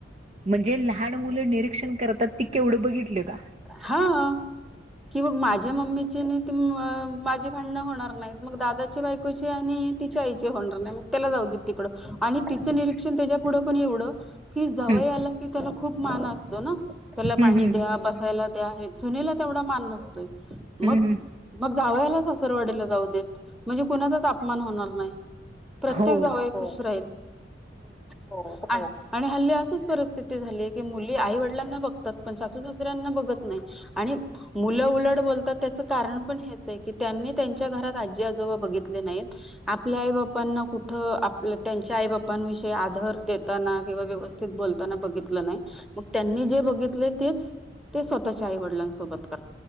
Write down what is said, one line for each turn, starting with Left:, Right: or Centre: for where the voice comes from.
Right: म्हणजे लहान मुलं निरीक्षण करतात ती केवढं बघितलं का
Centre: हा हा कि मग माझ्या मम्मीची नाही ती अ माझी भांडणं होणार नाही मग दादाची बायकोची आणि तिच्या आईचे होणार नाही मग त्याला जाऊ द तिकडं आणि तिचं निरीक्षण त्याच्या पुढं पण एवढं कि जावई
Right: हम्म
Centre: आला की त्याला खूप मान असतो ना ला
Right: हम्म
Centre: पाणी
Right: हम्म
Centre: द्या बसाय आ दया सुनेला तेवढा मान नसतोय
Right: हम्म
Centre: मग
Right: हम्म
Centre: मग जावयाला सारवाडीला जाऊ देत म्हणजे कुणाचाच आपमान होणार नाही प्रत्येक
Right: हो
Centre: जावई खुश राहील हो हो आणि हल्ली असच परिस्थिती झालीय की मुली आई वडिलांना बघ पण सासु सासरयाना बघत नाहीत आणि मोठा उलट बोलतात त्याच कारण पण हेच की त्यांनी त्यांच्या घरात आजी आजोबा बघितले नाहीत आपल्या आई बापाना कुठ आप त्यांच्या आई बांबाविषयी आदर देताना किंवा व्यवस्थित बोलताना बघितल नाही मग त्यांनी जे बघि तेच ते स्वतःच्या आई वडिलांसोबत कर